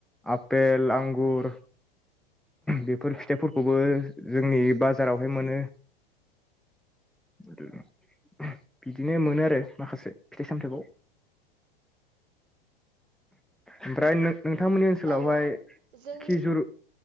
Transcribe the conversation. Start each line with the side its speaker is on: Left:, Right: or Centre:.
Centre: आपेल, आंगुर बेफोर फिथाइफोरखौबो जोंनि बाजारावहाय मोनो <inaudible> बिदिनो मोनो आरो माखासे फिथाइ सामथाइखौ <inaudible> ओमफ्राय नों नोंथांमोननि ओनसोलावहाय
Right: औ औ जोंनि
Centre: खिजुर